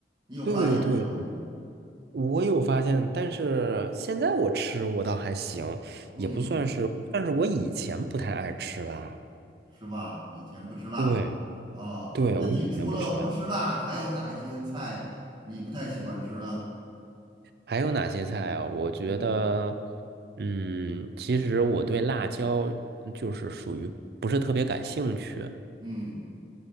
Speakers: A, on the right; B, on the right.
A: 你有发现没有？
B: 对对对，我有发现，但是现在我吃我倒还行，
A: 嗯，
B: 也不算是，但是我以前不太爱吃吧。
A: 是吧？以前不吃辣
B: 对
A: 哦，
B: 对，
A: 那你除了不吃辣，
B: 我以前不吃辣。
A: 还有哪些菜你不太喜欢吃呢？
B: 还有哪些菜啊？我觉得，
A: 嗯
B: 嗯，其实我对辣椒就是属于不是特别感兴趣。
A: 嗯，